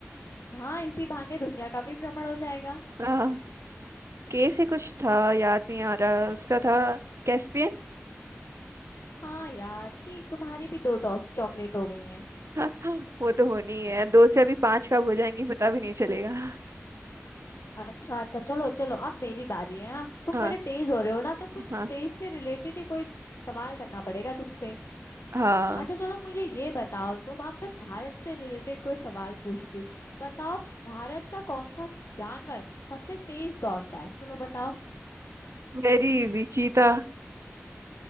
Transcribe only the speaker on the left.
हाँ इसी बहाने दुनिया का भी भ्रमण हो जाएगा
हाँ यार ठीक तुम्हारी भी दो टॉफ चॉकलेट हो गई हैं
अच्छा अच्छा चलो चलो अब मेरी बारी है हाँ तुम
बड़े तेज हो रहे हो ना तो कुछ
तेज से रिलेटेड ही कोई सवाल करना पड़ेगा तुमसे
अच्छा चलो मुझे ये बताओ तुम अब मैं भारत से रिलेटेड कोई सवाल पूछती हूँ बताओ भारत का कौन सा जानवर सबसे तेज दौड़ता है चलो बताओ